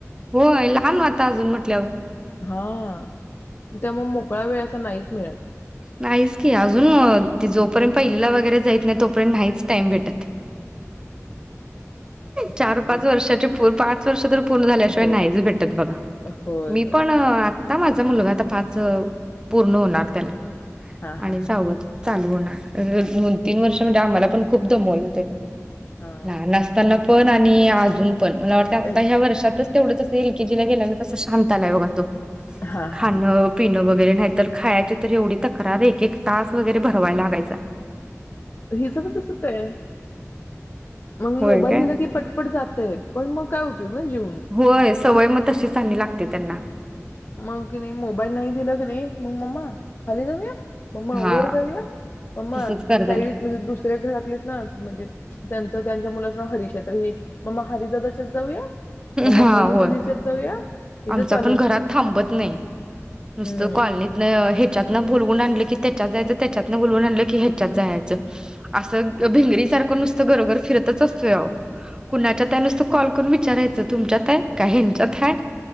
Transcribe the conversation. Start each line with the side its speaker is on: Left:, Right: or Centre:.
Right: होय लहान होता अजून म्हटल्यावर
Left: हा त्यामुळे म मोकळा वेळ असा नाहीच मिळत.
Right: नाहीच की अजून ती जोपर्यंत पहिलीला वगैरे जाईत नाही तोपर्यंत नाहीच टाईम भेटत.
Left: बापरे
Right: चार, पाच वर्षाचे पाच वर्ष तर पूर्ण झाल्याशिवाय
Left: हो
Right: नाहीच
Left: हो.
Right: भेटत बघा
Left: होय
Right: मी
Left: होय
Right: पण आता माझा मुलगा आता पाच पूर्ण होणार त्याला
Left: हा हा
Right: आणि
Left: हा
Right: सावध चालू होणार. अ दोन, तीन वर्ष म्हणजे आम्हाला पण खूप दमवलं त्यांनी.
Left: हा
Right: लहान असताना पण आणि आणि अजून पण मला वाटतं आता
Left: ए,
Right: ह्या वर्षातच तेवढंच असतंय ए ल के जिला गेल्यावर कसं शांत आलाय बघा तो.
Left: हा
Right: खाण
Left: हा हा हा
Right: पिणं वगैरे नाही तर खायचे तरी एवढ तक्रार एक-एक तास वगैरे भरवाय लागायचा.
Left: हिज पण तसच आहे. मग
Right: होय
Left: मोबाईल
Right: काय
Left: दिेला की पटपट जातय पण मग काय उपयोग ना जेवून.
Right: होय सवय मग तशी चांगली लागते त्यांना.
Left: मंग कनी मोबाईल नाही दिल कनी मग मम्मा खाली जाऊया मम्मा
Right: हा
Left: वर जाऊया, मम्मा
Right: तसच करतात
Left: साईडीत म्हणजे दुसऱ्या घरातलेत ना म्हणजे त्यांच त्यांच्या मुलाचं नाव हरीश ये तर हे मम्मा हरि दादाच्यात जाऊया. मम्मा
Right: हा
Left: मनू
Right: होय
Left: दिदीच्याच जाऊया हिज
Right: आमचा
Left: चालू
Right: पण
Left: असते
Right: घरात थांबत नाई नुसत
Left: हम्म
Right: कॉलनीतन हे त्यातन भुलऊन आणल की त्याच्यात जायच त्याच्यातन बोलवून आणल की ह्याच्यात जायाच अस भिंगरी सारख नुसत गरगर फिरतच आसतोय आहो कुणाच्यात हाय नुसत कॉल करून विचा <unintelligible> तो तुमच्यात हाय? का हयांच्यात हाय?